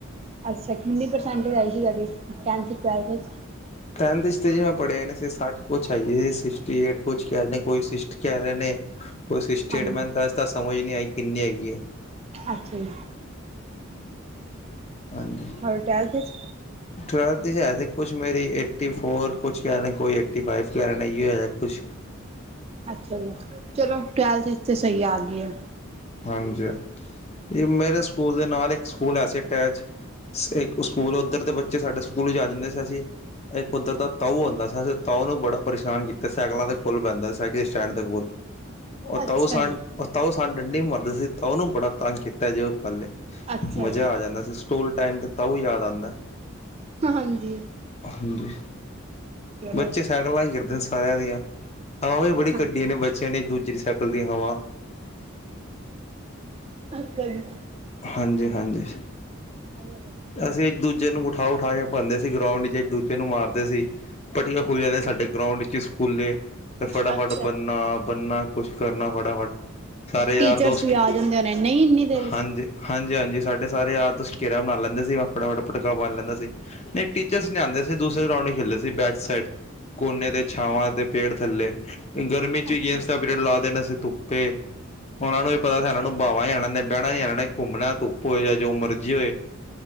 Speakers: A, on the right; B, on the left.
A: ਅੱਛਾ ਕਿੰਨੀ ਪ੍ਰਸੈਂਟੇਜ ਆਈ ਸੀ ਤੁਹਾਡੀ ਟੈਂਥ ਟਵੈਲਥ ਵਿੱਚ।
B: ਟੈਂਨਥ ਚ ਤ ਮੈਂ ਤੇ ਪੜਿਆ ਨੀ ਸੀ ਨੇੇ ਸੱਠ ਕੁਛ ਆਈਏ ਸੀ ਸਿਕਟੀ ਏਟ ਕੁਛ ਕਹਿ ਲਹੇ ਨੇ ਕੋਈ ਸਟੀ ਕਹਿ ਲਹੇ ਨੇ। ਬੱਸ ਸਟੇਟਮੈਂਟ
A: ਹਾਂਜੀ
B: ਤਾਂ ਅੱਜ ਤਾਂ ਸਮਝ ਨਹੀਂ ਆਈ ਕਿੰਨੀ ਹੈਗੀ ਆ।
A: ਅੱਛਾ ਜੀ
B: ਹਾਂਜੀ,
A: ਹੋਰ ਟਵੈਲਥ ਵਿੱਚ
B: ਟਵੈਲਥ ਹੈਸ। ਕੁਛ ਮੇਰੀ ਏਟੀ ਫੋਰ ਕੁਛ ਕਹਿਹੇ ਕੋਈ ਏਟੀ ਫਾਈਵ ਕਹਿ ਰਿਹੇ ਹੈ ਕੁਛ।
A: ਅੱਛਾ ਜੀ ਚਲੋ ਟਵੈਲਥ ਵਿੱਚ ਤੇ ਸਹੀ ਆ ਗਏ ਹੈ।
B: ਹਾਂਜੀ, ਮੇਰੇ ਸਕੂਲ ਦੇ ਨਾਲ ਇੱਕ ਸਕੂਲ ਐ ਸੀ ਅਟੈਚ। ਇੱਕ ਸਕੂਲ ਉੱਧਰ ਦੇ ਬੱਚੇ ਸਾਡੇ ਸਕੂਲ ਹੀ ਆ ਜਾਂਦੇ ਸੀ ਅਸੀਂ। ਇੱਕ ਉਧਰ ਦਾ ਤਾਊ ਹੁੰਦਾ ਸੀ ਅ ਤਾਊ ਨੂੰ ਬੜਾ ਪਰੇਸ਼ਾਨ ਕੀਤਾ ਸਾਈਕਲਾਂ ਦੇ ਕੋਲ ਬੈਂਦਾ ਸੀ ਸਾਈਕਲ ਸਟੈਂਡ ਦੇ ਕੋਲ। ਉਹ
A: ਅੱਛਾ
B: ਤਾਊ ਸ
A: ਜੀ
B: ਉਹ ਤਾਊ ਸਾਨ ਡੰਡੀ ਮਰਦੇ ਸੀ ਤਾਂ ਉਹਨੂੰ ਬੜਾ ਤੰਗ ਕੀਤਾ ਜੇ ਉਹ ਪਲ ਤੇ।
A: ਅੱਛਾ
B: ਮਜ਼ਾ
A: ਜੀ
B: ਆ ਜਾਂਦਾ ਸੀ ਸਕੂਲ ਟਾਈਮ ਤੇ ਤਾਊ ਯਾਦ ਆਉਂਦਾ।
A: ਹਾਂਜੀ।
B: ਹਾਂਜੀ,
A: ਚਲੋ
B: ਬੱਚੇ ਸਾਈਕਲਾਂ ਹੀ ਗਿਰਦੇ ਨੇ ਸਾਰਿਆਂ ਦੀਆਂ। ਹਵਾਂ ਵੀ ਬੜੀ ਕੱਢੀ
A: ਹਾਂਜੀ
B: ਨੇ ਬੱਚਿਆਂ ਨੇ ਇਕ ਦੂਜੇ ਦੇ ਸਾਈਕਲ ਦੀਆਂ ਹਵਾਂ।
A: ਅੱਛਾ ਜੀ
B: ਹਾਂਜੀ -ਹਾਂਜੀ।
A: ਹਗ <unintelligible> <unintelligible>
B: ਅਸੀਂ ਇੱਕ ਦੂਜੇ ਨੂੰ ਉਠਾ- ਉਠਾ ਕੇ ਭੰਨਦੇ ਸੀ ਗਰਾਊਂਡ ਚ ਦੂਜੇ। ਏਨੂੰ ਮਾਰਦੇ ਸੀ ਪੱਟੀਆਂ ਖੂਲੀਆਂ ਨੇ ਸਾਡੇ ਗਰਾਊਂਡ ਵਿੱਚ ਸਕੂਲੇ। ਫ ਫਟਾਫਟ
A: ਅੱਛਾ
B: ਬੰਨਾ ਬੰਨਾ ਕੁਛ ਕਰਨਾ ਫਟਾਫਟ। ਸਾਰੇ ਯਾਰ
A: ਟੀਚਰਸ
B: ਦੋਸਤ
A: ਵੀ
B: ਕੀ
A: ਆ ਜਾਂਦੇ ਹੋਣੇ ਨਹੀਂ ਇੰਨੀ ਦੇਰ ਚ
B: ਹਾਂਜੀ। ਹਾਂਜੀ ਹਾਂਜੀ ਸਾਡੇ ਸਾਰੇ ਯਾਰ ਦੋਸਤ ਖੇਰਾ ਬਣਾ ਲੈਂਦੇ। ਆਪਾ ਵਟਾ ਪਟਕਾ ਬਣ ਲੈਂਦਾ ਸੀ ਨਹੀਂ ਟੀਚਰਸ ਨਹੀਂ ਆਉਂਦੇ ਸੀ ਦੂਸਰੇ ਗਰਾਂਡ ਖੇਦੇ ਸੀ ਬੈਕ ਸੈਡ। ਕੋਨੇ ਤੇ ਛਾਵਾਂ ਤੇ ਪੇੜ ਥੱਲੇ ਗਰਮੀ ਚ
A: ਅੱਛਾ
B: ਗੇਮਸ ਦਾ ਪੀਰੀਅਡ ਲਾ ਦੇਣਾ ਸੀ ਤੂੰ। ਤੇ ਉਹਨਾਂ ਨੂੰ ਇਹ ਪਤਾ ਸੀਨਾਂ ਨੂੰ ਬਾਹਵਾਂ ਹੀ ਇਹਨਾਂ ਨੇ ਬਹਿਣਾ ਹੀ ਇਹਨਾਂ ਨੇ ਘੁੰਮਣਾ ਤੂੰ। ਭ ਜਾਂ ਜੋ ਮਰਜ਼ੀ ਹੋਏ।